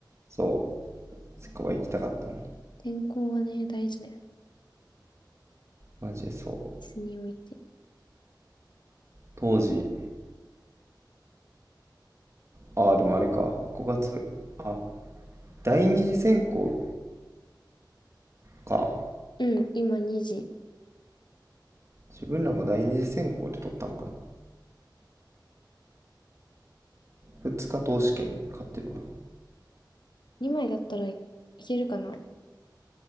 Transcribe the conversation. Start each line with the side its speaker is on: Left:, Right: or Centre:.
Right: そうセカオワ行きたかったのに
Left: 天候はね、大事だよね。
Right: マジでそう
Left: 椅子に置いて。
Right: 当時ああ、でもあれか。5月。あ、第二次選考か。
Left: うん、今2時。
Right: 自分らも第二次選考で取ったのかな。二日投資券で買ってるわ。
Left: 2枚だったらい、いけるかな。